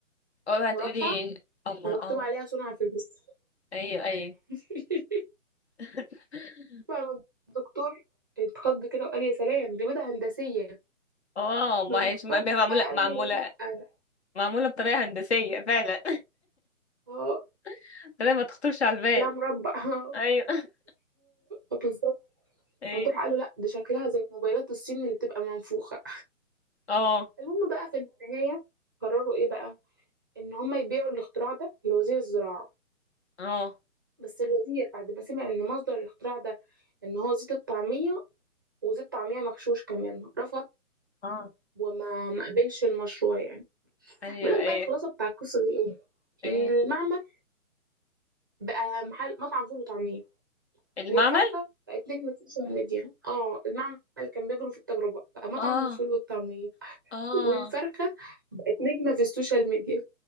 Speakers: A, on the left; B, on the right.
A: اول هتقولي
B: مربع
A: ايه امر
B: ومكتوب
A: اه
B: عليها صنع في مصر
A: ايوه ايوه
B: <laughs>
A: <laughs>
B: بقى لما الدكتور اتخض كده وقال يا سلام دي بيضة هندسية
A: اه ما
B: ممدوح
A: هيش ما-
B: بقى
A: ما- معموله
B: قال
A: معموله
B: له لا
A: معموله بطريقه هندسيه فعلا
B: اه
A: <laughs> طريقه ما تخطرش على البال
B: شكلها مربع <laughs> اه
A: ايوه <laughs>
B: آه، بالظبط
A: ايوه
B: ممدوح قال له لا دي شكلها زي موبايلات الصين اللي بتبقى منفوخة
A: اه
B: المهم بقى في النهاية قرروا ايه بقى ان هم يبيعوا الاختراع ده لوزير الزراعة
A: اه
B: بس الوزير بعد ما سمع ان مصدر الاختراع ده ان هو زيت الطعمية وزيت طعمية مغشوش كمان رفض
A: اه
B: وما ما قبلش المشروع يعني
A: ايوه
B: بيقول
A: ايوه
B: لك بقى الخلاصة بتاع القصة دي ايه
A: ايوه
B: ان المعمل بقى محل مطعم فول وطعمية
A: المعمل
B: والفرحة بقت نجمة السوشيال ميديا اه المعمل اللي كان بيجروا في التجربة بقى مطعم
A: اه
B: الفول والطعمية
A: اه
B: والفرخة بقت نجمة في السوشيال ميديا